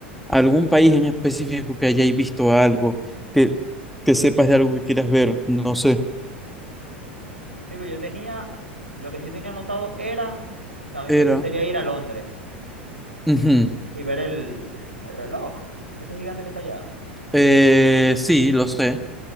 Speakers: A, in the centre; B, on the right.
A: ¿Algún país en específico que hayáis visto algo, que, que sepas de algo que quieras ver? No sé.
B: Digo, yo tenía, lo que sí tenía anotado era que a mí
A: Era.
B: me gustaría ir a Londres
A: Ujú.
B: y ver el, el reloj, ese gigante que está allá.
A: Eh, sí, lo sé.